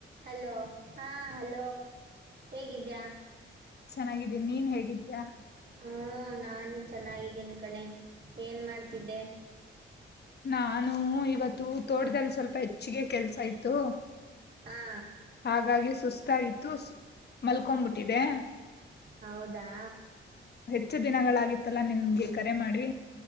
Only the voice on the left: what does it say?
ಚೆನ್ನಾಗಿದ್ದೀನಿ ನೀನ್ ಹೇಗಿದ್ದೀಯಾ
ನಾನು ಇವತ್ತು ತೋಟದಲ್ಲಿ ಸ್ವಲ್ಪ ಹೆಚ್ಚಿಗೆ ಕೆಲ್ಸ ಇತ್ತು
ಹಾಗಾಗಿ ಸುಸ್ತಾಗಿತ್ತು ಮಲ್ಕೊಬಿಟ್ಟಿದೆ
ಹೆಚ್ಚು ದಿನಗಳಾಗಿತ್ತಲ್ಲಾ ನಿಮಗೆ ಕರೆ ಮಾಡಿ